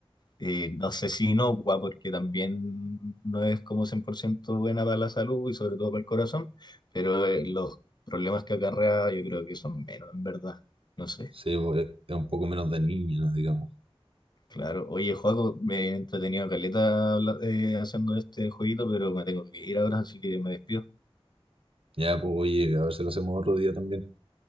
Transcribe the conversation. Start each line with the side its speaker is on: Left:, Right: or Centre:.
Left: eh, no sé si inocua, porque también no es como 100% buena para la salud y sobre todo para el corazón, pero eh, los problemas que acarrea yo creo que son menos, en verdad. No sé,
Right: Sí, pues, es es un poco menos dañina, digamos.
Left: claro. Oye, Joaco, me he entretenido caleta habla- eh, haciendo este jueguito, pero me tengo que ir ahora, así que me despido.
Right: Ya, pues oye, a ver si lo hacemos otro día también.